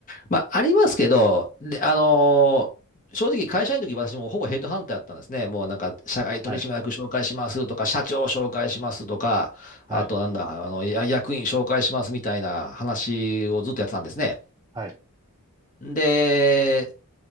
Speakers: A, on the left; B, on the right.
A: まあ、ありますけど、で、あのー正直会社員の時私もほぼヘッドハンターだったんですね。もうなんか、社外取締役紹介しますとか、
B: はい、
A: 社長紹介しますとか、
B: はい、
A: あとなんだ、あの、や役員紹介しますみたいな話をずっとやってたんですね。
B: はい。
A: で、